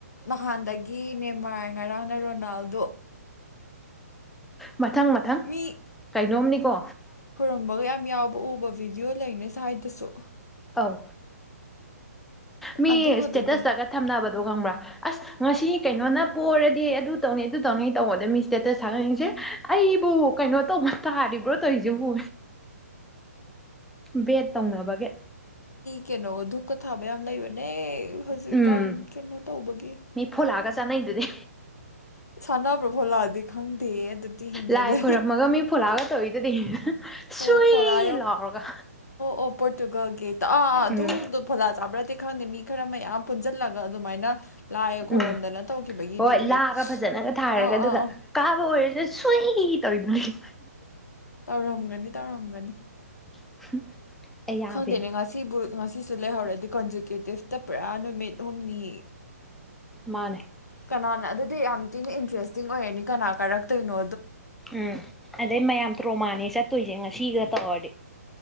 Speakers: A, on the left; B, in the centre.
A: ꯅꯍꯥꯟꯗꯒꯤ ꯅꯦꯝꯃꯥꯔ ꯉꯔꯥꯡꯅ ꯔꯣꯅꯥꯜꯗꯣ
B: ꯃꯊꯪ ꯃꯊꯪ
A: ꯃꯤ
B: ꯀꯩꯅꯣꯝꯅꯤꯀꯣ
A: ꯊꯨꯝꯕꯒ ꯌꯥꯝ ꯌꯥꯎꯕ ꯎꯕ ꯚꯤꯗꯤꯑꯣ ꯂꯩꯅꯦ ꯁ꯭ꯋꯥꯏꯗꯁꯨ
B: ꯑꯧ ꯃꯤ
A: ꯑꯗꯨꯒꯗꯨꯗꯤ
B: ꯁ꯭ꯇꯦꯇꯁꯇꯒ ꯊꯝꯅꯕꯗꯣ ꯈꯪꯕ꯭ꯔꯥ ꯑꯁ ꯉꯁꯤ ꯀꯩꯅꯣꯅ ꯄꯔꯗꯤ ꯑꯗꯨ ꯇꯧꯅꯤ ꯑꯗꯨ ꯇꯧꯅꯤ ꯇꯧꯕꯗ ꯃꯤ ꯏꯁꯇꯦꯇ ꯊꯒꯠꯅꯩꯖꯦ ꯑꯩ ꯑꯩꯕꯨ ꯀꯩꯅꯣ ꯇꯧꯕ ꯇꯥꯔꯤꯕ꯭ꯔꯣ ꯇꯩꯖꯤꯕꯨ ꯕꯦꯠ ꯇꯧꯅꯕꯒꯤ
A: ꯀꯩꯅꯣ ꯙꯨꯛꯀꯥ ꯊꯥꯕ ꯌꯥꯝ ꯂꯩꯕꯅꯦ ꯍꯧꯖꯤꯛꯀꯥꯟ
B: ꯎꯝ
A: ꯀꯩꯅꯣ ꯇꯧꯕꯒꯤ
B: ꯃꯤ ꯐꯣꯂꯥꯒ ꯆꯥꯅꯩꯗꯨꯗꯤ
A: ꯁꯥꯟꯅꯥꯕꯔꯣ ꯐꯣꯟ ꯂꯛ ꯑꯥꯗꯤ ꯈꯪꯗꯦ ꯑꯗꯨꯗꯤ ꯍꯦꯟꯖꯜꯂꯦ
B: ꯂꯥꯏ ꯈꯣꯏꯔꯝꯃꯒ ꯃꯤ ꯐꯣꯂꯥꯒ ꯇꯧꯔꯤꯗꯨꯗꯤ ꯁꯨꯏ
A: ꯑꯣ ꯐꯣꯂꯥ
B: ꯂꯥꯎꯔꯒ
A: ꯑꯣ ꯄꯣꯔꯇꯨꯒꯜ ꯒꯤ ꯑꯥꯥ ꯑꯗꯨꯗꯣ
B: ꯎꯝ
A: ꯐꯣꯂꯥ ꯆꯥꯕ꯭ꯔꯗꯤ ꯈꯪꯗꯦ ꯃꯤ ꯈꯔ ꯃꯌꯥꯝ ꯄꯨꯟꯁꯤꯜꯂꯒ ꯑꯗꯨꯃꯥꯏꯅ ꯂꯥꯏ ꯈꯣꯏꯔ
B: ꯎꯝ
A: ꯀꯗꯅ ꯇꯧꯒꯤ ꯕꯗꯤ
B: ꯍꯣꯏ
A: ꯎꯏ
B: ꯂꯥꯒ ꯐꯖꯅꯒ ꯊꯥꯔꯒ
A: ꯑꯥ
B: ꯑꯗꯨꯒ
A: ꯑꯥ ꯑꯥ
B: ꯀꯥꯕ ꯑꯣꯏꯔꯁꯨ ꯁꯨꯏ ꯇꯧꯔꯤꯗꯨꯅꯤ
A: ꯇꯧꯔꯝꯒꯅꯤ ꯇꯧꯔꯝꯒꯅꯤ
B: <unintelligible> ꯌꯥꯕꯤꯅꯦ
A: ꯈꯪꯗꯅꯦ ꯉꯁꯤꯕꯨ ꯉꯁꯤ ꯁꯤꯁꯨ ꯂꯩꯍꯧꯔꯗꯤ ꯀꯣꯟꯖꯤꯀ꯭ꯌꯨꯇꯤꯞꯇ ꯄꯨꯔꯥ ꯅꯨꯃꯤꯠ ꯍꯨꯝꯅꯤ
B: ꯃꯥꯅꯦ
A: ꯀꯅꯥꯅ ꯑꯗꯨꯗꯤ ꯌꯥꯝ ꯊꯤꯅ ꯏꯟꯇꯔꯦꯁꯇꯤꯡ ꯑꯣꯏꯔꯅꯤ ꯀꯅꯥ ꯀꯥꯔꯛꯇꯣꯏꯅꯣ
B: ꯎꯝ ꯑꯗꯩ ꯃꯌꯥꯝ ꯇ꯭ꯔꯣꯃꯥꯅꯦ ꯆꯠꯇꯣꯏꯁꯦ ꯉꯁꯤꯒ ꯇꯧꯔꯗꯤ